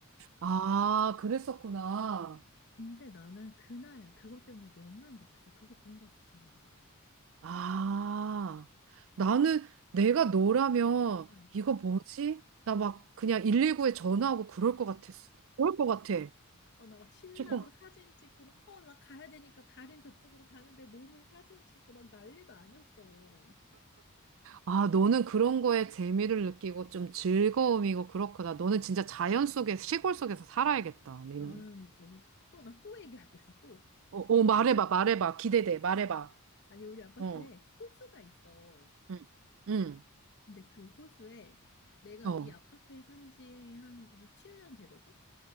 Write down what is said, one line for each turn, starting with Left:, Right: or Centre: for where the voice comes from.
Right: 아, 그랬었구나.
Left: 근데 나는 그날 그것 때문에 너무 행복했어. 그거 본 거 자체만으로도.
Right: 아, 나는 내가 너라면
Left: 응.
Right: 이거 뭐지? 나 막 그냥 119에 전화하고 그럴 것 같았어. 그럴 것 같아.
Left: 어, 나 막 신나서
Right: 조금.
Left: 사진 찍고 막, 어, 막 가야 되니까 발은 저쪽으로 가는데 몸은 사진 찍고 막 난리도 아니었어.
Right: 아, 너는 그런 거에 재미를 느끼고 좀 즐거움이고 그렇구나. 너는 진짜 자연 속에, 시골 속에서 살아야겠다, 너는.
Left: 나는 너무 또 나 또 얘기하고 있어 또.
Right: 어, 어, 말해봐, 말해봐. 기대돼, 말해봐.
Left: 아니 우리 아파트에
Right: 어,
Left: 호수가 있어.
Right: 응, 응,
Left: 근데 그 호수에 내가
Right: 어,
Left: 이 아파트에 산지 한 6, 7년 되거든?